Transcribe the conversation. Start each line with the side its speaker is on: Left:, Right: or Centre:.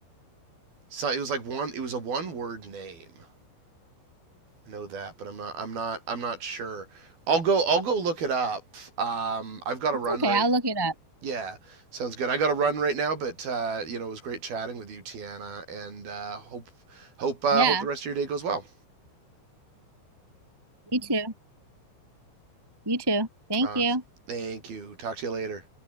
Right: so it was like one it was a one word name. I know that, but I'm not I'm not I'm not sure. I'll go I'll go look it up. Um I've got to
Centre: It's
Right: run
Centre: okay.
Right: right
Centre: I'll look it up.
Right: yeah, sounds good. I got to run right now, but uh you know, it was great chatting with you, Tiana, and uh hope hope uh
Centre: Yeah,
Right: hope the rest of your day goes well.
Centre: you too. You too. Thank
Right: Uh
Centre: you.
Right: thank you. Talk to you later.